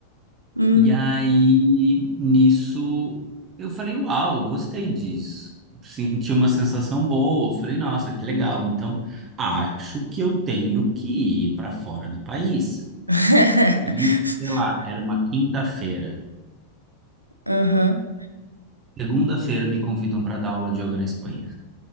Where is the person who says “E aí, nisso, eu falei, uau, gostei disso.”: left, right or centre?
Right